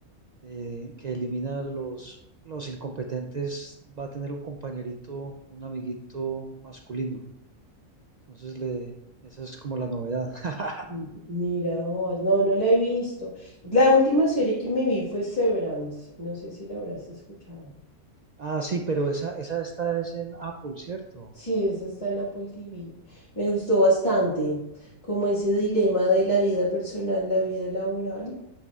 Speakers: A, on the right; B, on the left.
A: eh, que elimina a los, los incompetentes va a tener un compañerito, un amiguito masculino. Entonces, le, esa es como la novedad. <laughs>
B: Ujú. Mira vos, no, no la he visto. La última serie que me vi fue Severance, no sé si la habrás escuchado.
A: Ah, sí, pero esa, esa esta es en Apple, ¿cierto?
B: Sí, esa está en Apple TV. Me gustó bastante, como ese dilema de la vida personal, la vida laboral,